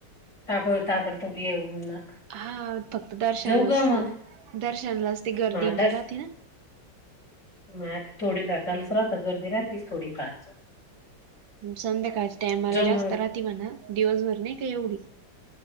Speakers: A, on the left; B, on the right.
A: ताब ता ताबडतोब येऊ ना!
B: हा फक्त दर्शना
A: जाऊ ग
B: अस!
A: मग
B: दर्शनालाच ते गर्दीन
A: हा दर्श
B: ते राहते ना?
A: मग आता थोडी का! चालूच राहत गर्दी राहतीस थोडी फार!
B: संध्याकाळी! ! त्यामाला जास्त
A: मग
B: राहते म्हणा दिवसभर नाही का एवढी!